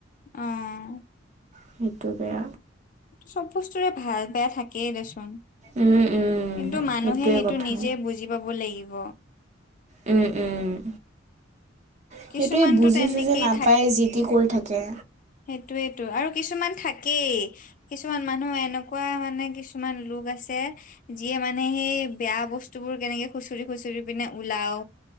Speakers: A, on the left; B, on the right.
A: অঁ!
B: সেইটো বেয়া
A: চব বস্তুৰে ভাল বেয়া থাকেই দেচোন
B: উম উম
A: কিন্তু মানুহে
B: সেইটোৱে
A: সেইটো
B: কথা
A: নিজে বুজি পাব লাগিব
B: উমঁ উমঁ! সেইটোৱে
A: কিছুমানতো
B: বুজি
A: তেনেকেই
B: চুজি নাপায় যি তি কৰি থাকে
A: সেইটোৱেতো আৰু কিছুমান থাকেই কিছুমান মানুহ এনেকুৱা মানে কিছুমান লোক আছে যিয়ে মানে সেই বেয়া বস্তুবোৰ কেনেকে খুচৰি খুচৰি পিনে ওলাও